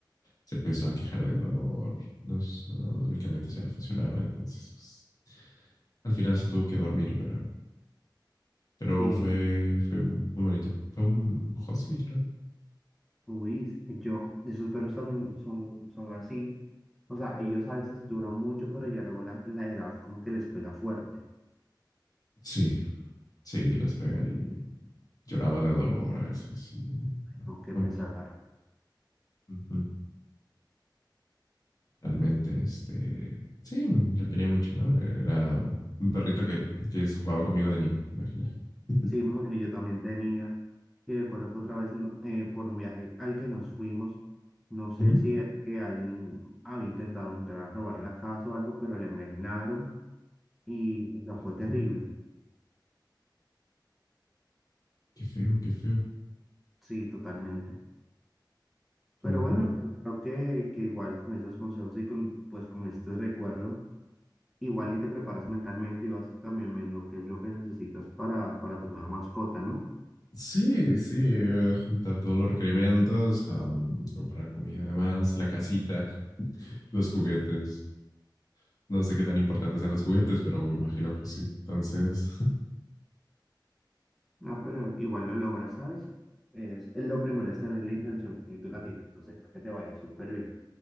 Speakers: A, on the left; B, in the centre.
A: se empezó a quejar del dolor, los, no, los medicamentos ya no funcionaban, entonces pues al final se tuvo que dormir, pero, pero
B: sí,
A: fue, fue muy bonito. Fue un husky, creo.
B: uy, yo, esos perros también son, son así. O sea, ellos a veces duran mucho, pero ya luego la, la edad como que les pega fuerte.
A: Sí, sí, les pega y lloraba de dolor a veces. y-
B: Ay, no, qué
A: no,
B: pesar.
A: Ujú. Realmente, este, sí, lo quería mucho, ¿no? Era un perrito que, que jugaba conmigo de niño, imagínate. <laughs>
B: Sí, bueno, yo también tenía, y recuerdo que otra vez no- eh, por un viaje al que nos fuimos, no sé
A: Ujú.
B: si era que alguien había intentado entrar a robar la casa o algo, pero le envenenaron y o sea,
A: Ah,
B: fue terrible.
A: Oh, qué feo, qué feo.
B: Sí, totalmente. Pero
A: No,
B: bueno,
A: no.
B: yo creo que, que igual con esos consejos y con, pues con este recuerdo, igual y te preparas mentalmente y vas también viendo qué es lo que necesitas para, para tu nueva mascota, ¿no?
A: Sí, sí, eh, juntar todos los requerimientos, am, comprar comida, además, la casita, los juguetes. No sé qué tan importantes sean los juguetes, pero me imagino que sí. Entonces,
B: Ah, pero igual lo logras, ¿sabes? Es, es lo primero es tener la intención y tú la tienes, entonces creo que te va a ir súper bien.